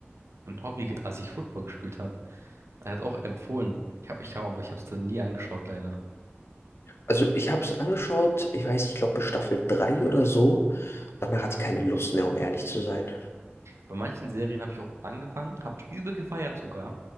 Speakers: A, on the right; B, on the left.
A: ein Hobby, als ich Football gespielt habe. Er hat auch empfohlen. Ich hab, ich hab, aber ich habe es dann nie angeschaut, leider.
B: Also ich habe es angeschaut, ich weiß, ich glaube bis Staffel 3 oder so. Danach hatte ich keine Lust mehr, um ehrlich zu sein.
A: Bei manchen Serien habe ich auch angefangen, habe die übel gefeiert sogar,